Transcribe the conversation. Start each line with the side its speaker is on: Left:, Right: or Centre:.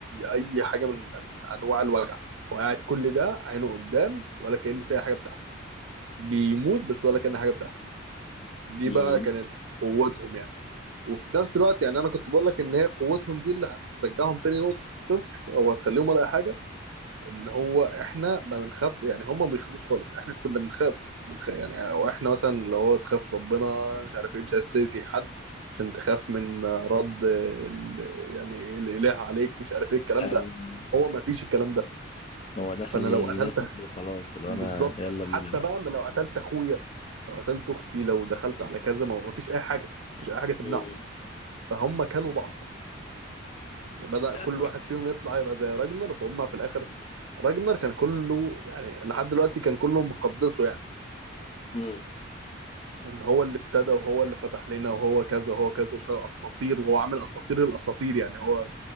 Right: اي حاجه من أن- انواع الوجع هو قاعد كل ده عينه قدام ولا كأن فيها حاجه بتحصل بيموت بس ولا كأن حاجه بتحصل دي
Left: امم
Right: بقى كانت قوتهم يعني وفي نفس الوقت يعني انا كنت بقول لك ان هي قوتهم دي اللي هترجعهم تاني نقطه الصفر او هتخليهم ولا أي حاجه ان هو احنا ما بنخاف يعني هم ما بيخافوش خالص احنا كنا بنخاف بنخ... يعني او احنا مثلا لو هو تخاف ربنا مش عارف ايه مش عايز تأذي حد عشان تخاف من رد ال... يعني إيه الاله عليك مش عارف ايه الكلام
Left: ايوه
Right: ده
Left: أيوه.
Right: هو ما فيش الكلام ده
Left: هو داخل
Right: فانا
Left: يدخل
Right: لو قتلت
Left: وخلاص اللي
Right: بالظبط
Left: هو انا يلا
Right: <laughs>
Left: بينا
Right: حتى
Left: بقى
Right: بقى ما لو قتلت اخويا لو قتلت اختي لو دخلت على كذا ما ما فيش اي حاجه ما فيش اي حاجه تمنعه
Left: امم
Right: فهم كلوا بعض بدأ
Left: يا
Right: كل
Left: لهوي
Right: واحد فيهم يطلع يبقى زي راجنر فهم في الاخر راجنر كان كله يعني لحد دلوقتي كان كله مقدسه يعني
Left: امم
Right: ان يعني هو اللي ابتدى وهو اللي فتح لنا وهو كذا وهو كذا وسوى اساطير وهو عامل اساطير الاساطير يعني هو